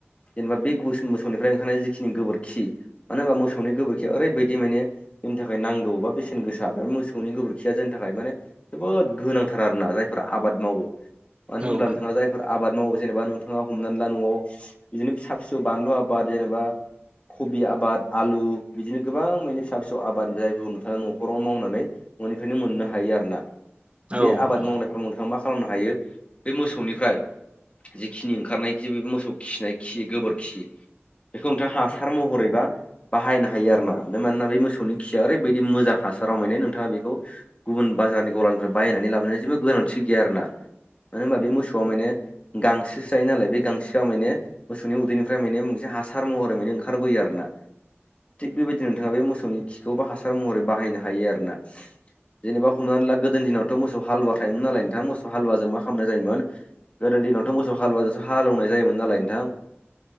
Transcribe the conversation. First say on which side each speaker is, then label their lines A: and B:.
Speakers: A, on the left (about 30°); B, on the right (about 25°).
A: जेनेबा बे गुस मोसौनिफ्राय ओंखारनाय जिखिनि गोबोरखि मानो होनबा मोसौनि गोबोरखिया ओरैबायदि माने जोंनि थाखाय नांगौ बा बेसेन गोसा बे मोसौनि गोबोरखिया जोंनि थाखाय ओ माने जोबोद गोनांथार आरोना जायफोरा आबाद मावो मानो
B: औ
A: होनब्ला
B: नोंथां औ नोंथां औ नोंथां औ नोंथां औ नोंथां औ नोंथां औ नोंथां
A: नोंथाङा जाय फोर आबाद मावो जेनेबा नोंथाङा हमनानै ला न'आव बिदिनो फिसा फिसौ बानलु आबाद जेनेबा कबि आबाद आलु बिदिनो गोबां माने फिसा फिसौ आबाद जायफोरखौ नोंथाङा न'खराव मावनानै। न'निफ्रायनो मोननो हायो आरो ना
B: औ
A: बे आबाद मावनायफोराव नोंथाङा मा खालामनो हायो बे मोसौनिफ्राय। जिखिनि ओंखारनाय जि बे मोसौ खिनाय खि गोबोरखि बेखौ नोंथाङा हासार महरै बा बाहायनो हायो आरोना बे मानोना बे मोसौनि खिया ओरैबायदि मोजां हासाराव माने नोंथाङा बेखौ। गुबुन बाजारनि गलानिफ्राय बायनानै लाबोनाय जेबो गोनांथि गैया आरोना मानो होनबा बे मोसौआ माने गांसो जायो नालाय बे गांसोआ माने मोसौनि उदैनिफ्राय माने मोनसे हासार महरै माने ओंखारबोयो आरो ना। थिग बेबायदिनो नोंथाङा बे मोसौनि खौबो हासार महरै बाहायनो हायो आरोना जेनेबा हमनानै ला गोदोनि दिना मोस हालुवा थायोमोन नालाय नोंथां मोसौ हालुव जों मा खालामनाय जायोमोन। गोदोनि दिनावथ' मोसौ हालुवाजोंसो हालौवनाय जायोमोन नालाय नोंथां।